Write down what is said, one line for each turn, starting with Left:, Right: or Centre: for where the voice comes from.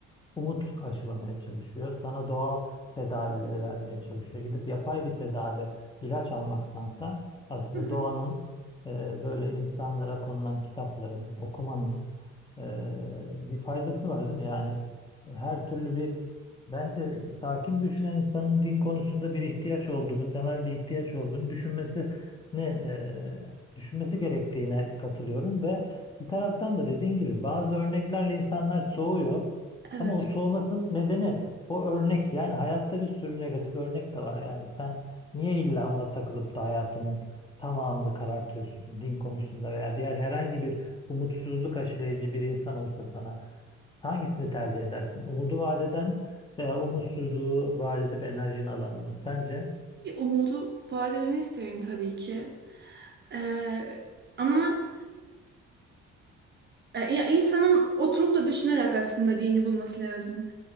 Left: umut aşılamaya çalışıyor. Sana doğal tedavileri vermeye çalışıyor. Gidip yapay bir tedavi, ilaç almaktansa aslında
Right: hı hı.
Left: doğanın e, böyle insanlara konulan kitapların, okumanın e, bir faydası var değil mi? Yani her türlü bir bence sakin düşünen insanın din konusunda bir ihtiyaç olduğunu, temel bir ihtiyaç olduğunu düşünmesini e, düşünmesi gerektiğine katılıyorum ve bir taraftan da dediğin gibi bazı örneklerle insanlar soğuyor.
Right: Evet.
Left: Ama o soğumasının nedeni o örnek. Yani hayatta bir sürü negatif örnek de var. Yani sen niye illa ona takılıp da hayatının tamamını karartıyorsun din konusunda veya diğer herhangi bir umutsuzluk aşılayıcı bir insan olsa sana hangisini tercih edersin? Umudu vaat eden veya umutsuzluğu vaat edip enerjini alan mı? Sence?
Right: Bir umudu vadelerini isterim tabii ki. Ee, ama e, ya insanın oturup da düşünerek aslında dini bulması lazım.